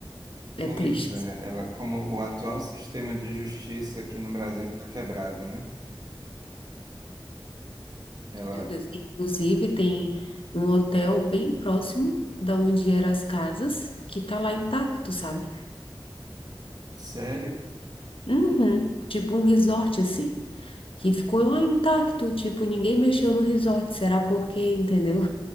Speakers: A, on the right; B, on the left.
A: Pois
B: É triste.
A: é, ela, como o atual sistema de justiça aqui no Brasil está quebrado, né? Ela,
B: Meu Deus. Inclusive, tem um hotel bem próximo da onde eram as casas, que tá lá intacto, sabe?
A: sério?
B: Uhum. Tipo um resort, assim, que ficou lá intacto, tipo, ninguém mexeu no resort. Será por quê, entendeu?